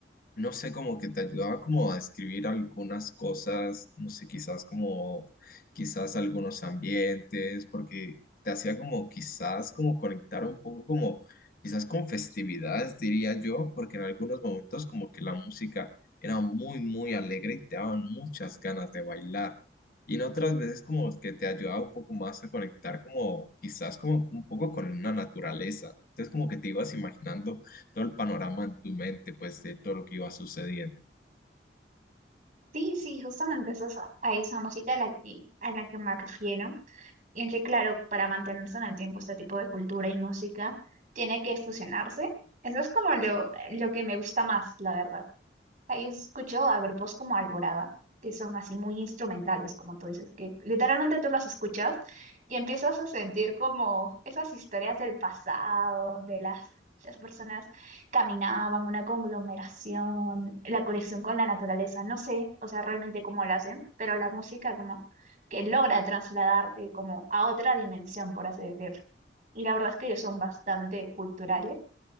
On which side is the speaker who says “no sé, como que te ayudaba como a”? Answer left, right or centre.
Left